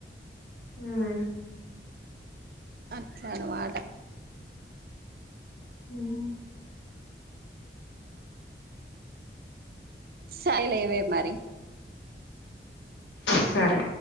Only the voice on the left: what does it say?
ఆమ్
హమ్
సరే